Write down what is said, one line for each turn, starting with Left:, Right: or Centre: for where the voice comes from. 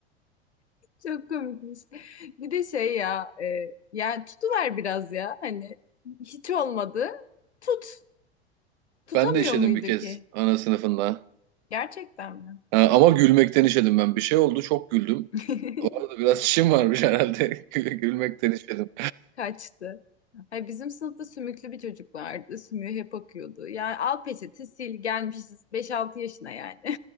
Left: Çok komikmiş. Bir de şey ya, e, yani tutuver biraz ya. Hani hiç olmadı. Tut. Tutamıyor
Right: Ben de işedim
Left: muydu
Right: bir kez
Left: ki?
Right: ana sınıfında.
Left: Gerçekten mi?
Right: Ha, ama gülmekten işedim ben. Bir şey oldu çok güldüm.
Left: <laughs>
Right: Orada Biraz işim varmış herhalde. <laughs> Gülmekten işedim.
Left: Kaçtı. Ay bizim sınıfta sümüklü bir çocuk vardı. Sümüğü hep akıyordu. Yani al peçete sil gelmişiz beş altı yaşına yani.